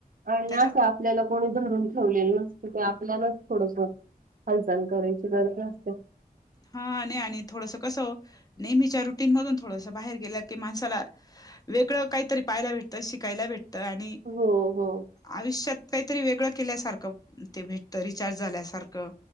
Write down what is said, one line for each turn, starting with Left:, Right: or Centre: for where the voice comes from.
Right: आणि
Left: त्याच्या
Right: असं आपल्याला कोणी धरून ठेवलेलं नसतं की, आपल्यालाच थोडसं हालचाल करायची गरज असते.
Left: हा. नाही आणि थोडस कसं ओ, नेहमीच्या रुटीन मधून थोडस बाहेर गेलं की, माणसाला वेगळं काहीतरी पाहायला भेटतं. शिकायला भेट त. आणि
Right: हो हो
Left: आयुष्यात काहीतरी वेगळं केल्यासारखं ते भेटत. रिचार्ज झाल्यासारखं